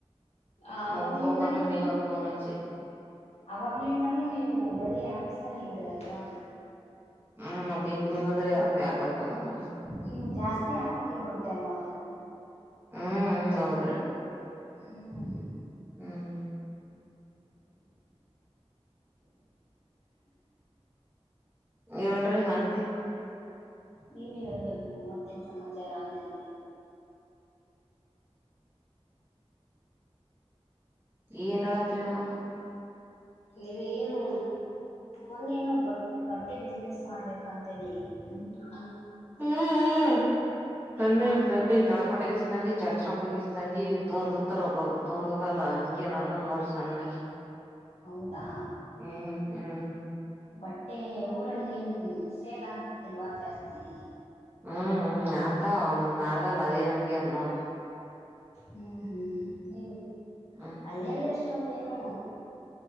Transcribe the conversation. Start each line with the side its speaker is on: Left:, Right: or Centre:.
Left: ಆ ಅವಾಗ್ಲಿಂದಾನು
Right: ಮೂಕ್ಕಬೇಕಬೇಕಂದ್ರೆ ನೀವ ಅಂತ ಪೋನ್ಚ್ಚಿ
Left: ಅವಾಗ್ಲಿಂದಾನು ನೀವು ಬರೀ ಆಾಕ ತಾನೇ ಇದ್ದೀರಾ ಇಲ್ವಾ
Right: ಹ್ಮ್ ಮದತಿ ಬಂದದ್ರೀ ಯಕ್ಕೆ ಆಕ್ಳಕ್ಕೆ ಬಂದ ನ
Left: ನೀವು ಜಾಸ್ತಿ ಹಾಕಕ್ಕೆ ಬರುತ್ತೆ ಅಲ್ವಾ
Right: ಹ್ಮ್ ಹೌದ್ರಿ
Left: ಹ್ಮ್
Right: ಹ್ಮ್ ಹೇಳ್ರಿ ಮತ್ತ
Left: ನೀವ ಹೇಳ್ಬೇಕು ಮತ್ತೆ ಮತ್ತಿನ ಸಮಾಚಾರ ಅಂತೇಳ ಹೇಳಿ
Right: ಏನ್ ಹೇಳಂರಿ ನಾನ್
Left: ನೀವ ಏನು ಒಂದೇ ಏನ್ಬಟ್ ಬಟ್ಟೆ ಬಿಸ್ನನೆಸ್ ಮಾಡ್ಬೇಕ ಅಂತೇಳಿ ಅಂದ
Right: ಹ್ಮ್ ತಂದವ್ರ
Left: ಏನ್ ಮಾಡಿ
Right: ತಂದಿ ತಳಕಟಗಿಸಸ್ ತಂದಿ ಚಾರ್ಚನಕ್ ಹೋಗಿಸ್ ತಂದಿ ತೋಂದತ್ತತಾರ ಒಬ್ಬೊಬ್ರು ತೊಂದ ಹೋಗಲ್ಲ ಹಂಗ ನಡತ ಹ ನೋಡ ಸಣೆ
Left: ಹೌದಾ
Right: ಹ್ಮ ಹ್ಮ್
Left: ಬಟ್ಟೆ ಊರಲ್ಲಿ ಏನ್ ಸೇಲ್ ಆಗ್ತಿಲ್ವಾ ಜಾಸ್ತಿ ನೀ
Right: ಹ್ಮ್ ಆ ಅ ಒ ಆಗಲ್ಲ ಅದ ಏನ್ ಹಂಗ್ಯಾರ ನೋ್ರಿ
Left: ಹ್ಮ್ ಹ್ಮ್ ನೀವು
Right: ಹ್ಮ್
Left: ಹಳ್ಳಿಯಲ್ಲ ಇಷ್ಟೊಂದೇನು